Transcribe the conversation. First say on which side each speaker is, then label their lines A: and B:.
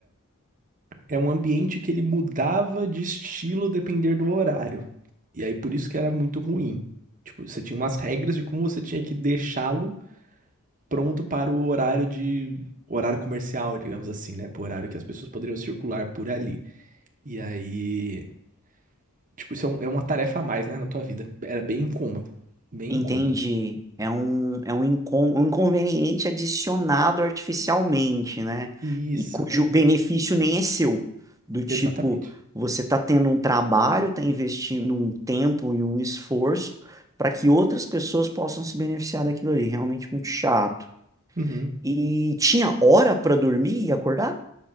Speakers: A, on the right; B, on the right.
A: é um ambiente que ele mudava de estilo depender do horário. E aí, por isso que era muito ruim. Tipo, você tinha umas regras de como você tinha que deixá-lo pronto para o horário de horário comercial, digamos assim, né? Pro horário que as pessoas poderiam circular por ali. E aí, tipo, isso é, um- é uma tarefa a mais, né, na tua vida. Era bem incômodo, bem
B: Entendi.
A: incômodo.
B: É um, é um, incon- um inconveniente adicionado artificialmente, né?
A: Isso,
B: E cujo benefício nem é seu. Do tipo,
A: exatamente.
B: você está tendo um trabalho, está investindo um tempo e um esforço para que outras pessoas possam se beneficiar daquilo ali. Realmente muito chato.
A: Uhum.
B: E tinha hora para dormir e acordar?